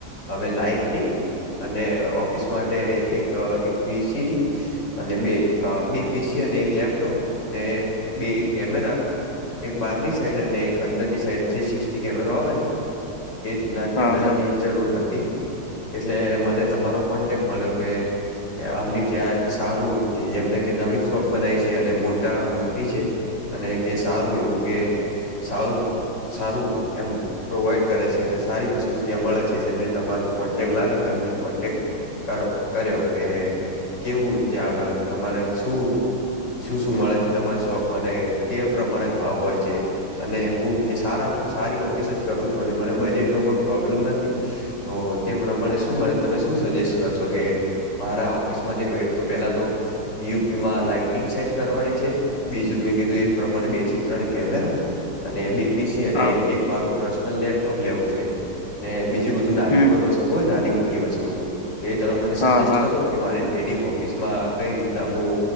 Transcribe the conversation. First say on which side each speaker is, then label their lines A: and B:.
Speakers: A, on the left (about 70°); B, on the left (about 20°).
A: હવે લાાઈટનિંગ અને ઓફિસ માટે એક પીસી. અને બે બે પીસી અને એક લેપટોપ અને બે કેમેરા. એક બહારની સાઈડ અને એક અંદર ની સાઈડ થ્રી સિક્સટી કેમેરો આવે, ને એ રીતના
B: હા
A: કેમેરા
B: હા
A: ની જરૂર હતી. એટલે મને તમારો કોન્ટેક મળ્યો કે આમની ત્યાં સારું જેમને કે નવી શોપ બનાવી છે અને મોટા મોટી છે. અને કે સારું એવું કે સારું સારું એમ. પ્રોવાઈડ કરે છે અને સારી વસ્તુ ત્યાં મળે છે એટલે મેં તમારો કોન્ટેક લાવીને તમને કોન્ટેક કરો કર્યો કે કેવું ત્યાં આગળ તમારે શું શું શું મળે છે તમારી શોપમાંને કે પ્રમાણે ભાવ હોય છે? અને હું કે સારા સારી ઓફિસે જ કરું છું અને મને બજેટ નો કોઈ પ્રોબ્લમ નથી. તો તે પ્રમાણે શું મને તમે શું સજેસ્ટ કરશો કે મારા ઓફિસમાં દેખો એક તો પેલા તો પીયુપી માં લાાઈટિંગ સેટ કરવાની છે, બીજું મેં કીધું એ પ્રમાણે બે થી ત્રણ કેમેરા અને બે પીસી અને
B: હા
A: એક મારું પર્સનલ લેપટોપ લેવું છે ને બીજું બધું નાની
B: હમ
A: કોઈ વસ્તુ હોય નાની મોટી વસ્તુ તો એ તમે મને સજેસ્ટ
B: હા હા
A: કરો કે મારી ટ્રેડિંગ ઓફિસ માં કઈ રીતના હું